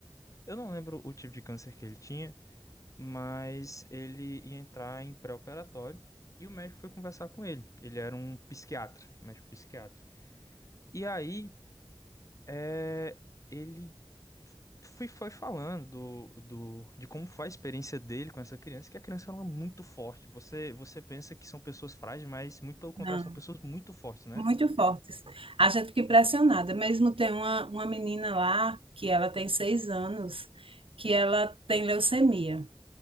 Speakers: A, on the left (about 35°); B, on the right (about 65°).
A: Eu não lembro o tipo de câncer que ele tinha, mas ele ia entrar em pré-operatório e o médico foi conversar com ele. Ele era um psiquiatra, um médico psiquiatra. E aí, é, ele foi foi falando do, do, de como foi a experiência dele com essa criança, que a criança era muito forte. Você, você pensa que são pessoas frágeis, mas muito pelo contrário,
B: não,
A: são pessoas muito fortes, né?
B: muito fortes. A gente fica impressionada. Mesmo tem uma, uma menina lá, que ela tem seis anos, que ela tem leucemia.